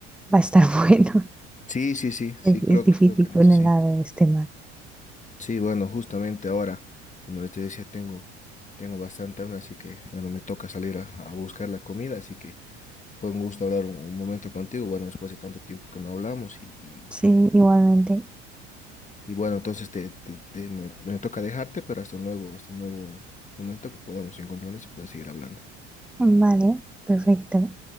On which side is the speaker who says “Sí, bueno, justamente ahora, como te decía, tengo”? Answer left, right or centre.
Left